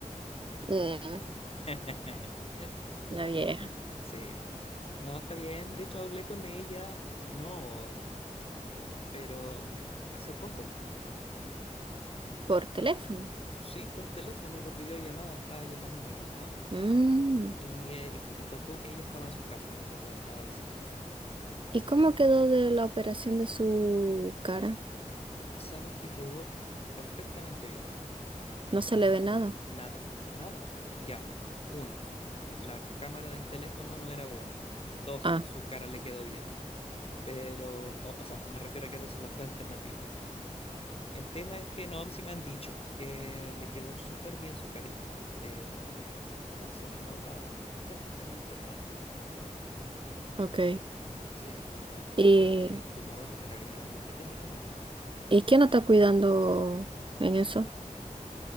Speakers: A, on the right; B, on the left.
A: Mm,
B: <laughs>
A: la vieja,
B: Sí, no, está bien. De hecho, hablé con ella, no hoy, pero mm, hace poco.
A: por teléfono.
B: Sí, por teléfono, por videollamada, estaba llamando a mi mamá
A: Mm.
B: y, eh, y- y tocó que ella estaba en su casa, la la estaba visitando.
A: ¿Y cómo quedó de la operación de su cara?
B: Sabes que quedó perfectamente bien.
A: No se le ve nada.
B: Nada, nada. Ya, uno, la cámara del teléfono no era buena. Dos,
A: Ah,
B: su cara le quedó bien. Pero, o, o sea, me refiero a que esas son las dos alternativas. El tema es que no, si me han dicho que le quedó súper bien su carita. Le, no se le nota prácticamente nada.
A: ok.
B: Sí, igual tuvo
A: ¿Y,
B: feo, pues si el tumor era grande el que tenía.
A: y quién la está cuidando en eso?